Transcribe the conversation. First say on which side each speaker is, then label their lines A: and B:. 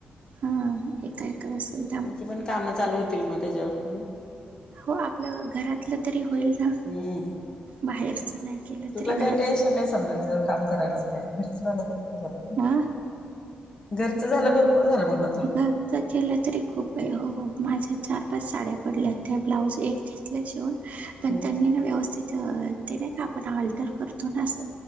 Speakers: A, on the right; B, on the left.
A: हा एका, एका वासून
B: तुमची पण कामं चालू होतील मग तेज्यावरती?
A: हो आपल्या घरातलं तरी होईल ना
B: हम्म.
A: बाहेरचं नाही केलं
B: तुला
A: तरी
B: काही
A: घरात
B: टेन्शन नाही समजा जर काम करायलाच पायजे. घरचं झाल तर खूप झाल.
A: आ
B: घरचं झालं भरपूर झालं म्हटल
A: घरच केलं तरी खूप ये. हो हो माझ्या चार, पाच साड्या पडल्यात त्या ब्लाऊज एक घेतल शिवून पण
B: हम्म
A: त्यांनी ना व्यवस्थित तर ते नाही का आपण अल्टर करतो ना अस